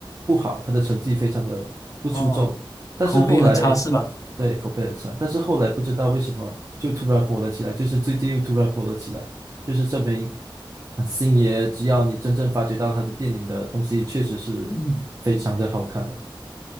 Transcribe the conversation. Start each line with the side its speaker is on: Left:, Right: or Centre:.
Right: 不好，他的成绩非常的不出众。
Left: 哦，
Right: 但是后来，
Left: 口碑很差是吧？
Right: 对，口碑很差。但是后来不知道为什么就突然火了起来，就是最近又突然火了起来，就是证明星爷只要你真正发掘到他的电影的东西，确实是非常的好看的。
Left: 嗯，